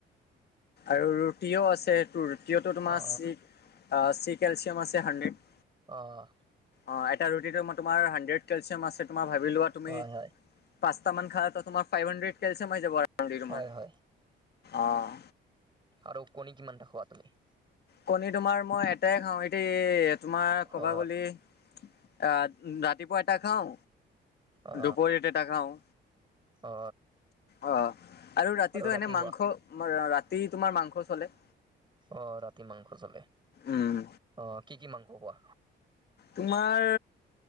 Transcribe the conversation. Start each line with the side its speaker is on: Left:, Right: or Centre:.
Left: আৰু ৰুটিও আছে, সেইটো ৰুটিটো তোমাৰ
Right: অ
Left: চি চি কেলচিয়াম আছে হাণ্ড্ৰেড।
Right: অ'।
Left: অ' এটা ৰুটিটো তোমাৰ হাড্ৰেড কেলচিয়াম আছে, তোমাৰ ভাবি লোৱা তুমি
Right: হয় হয়
Left: পাঁচটামান খালেতো তোমাৰ ফাইভ হান্দ্ৰেড কেলছিয়াম আহি যাব তোমাৰ
Right: হয় হয়
Left: অ'।
Right: আৰু কণী কিমানটা খোৱা তুমি?
Left: কণী তোমাৰ মই এটাই খাওঁ এতি তোমাৰ কবা
Right: অ
Left: গল, আহ ৰাতিপুৱা এটা খাও
Right: অ
Left: দুপৰতে এটা খাও
Right: অ,
Left: অ, আৰু ৰাতিটো
Right: ৰাতি
Left: এনে মাংস
Right: খোৱা
Left: ৰাতি তোমাৰ মাংস চলে।
Right: অ ৰাতি মাংস চলে
Left: উম
Right: অ কি কি মাংস কোৱা?
Left: তোমাৰ